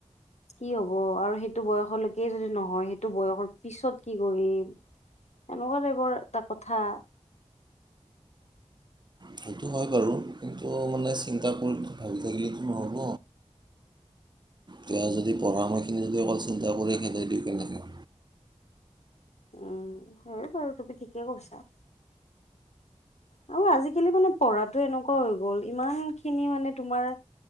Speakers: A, on the left (about 65°); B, on the right (about 40°).
A: কি হব আৰু সেইটো বয়সলৈকে যদি নহয় সেইটো বয়সৰ পিছত কি কৰিম? এনেকুৱা টাইপৰ এটা কথা
B: সেইটো হয় বাৰু কিন্তু মানে চিন্তাবোৰ ভাবি থাকিলেতো নহ'ব তেওঁ যদি পঢ়া সময়খিনি যদি অকল চিন্তা কৰি থাকে দিওঁ কেনেকে
A: উম, হয়েই বাৰু তুমি ঠিকে কৈছা। আৰু আজিকালি মানে পঢ়াটো এনেকুৱা হৈ গ'ল ইমান খিনি মানে তোমাৰ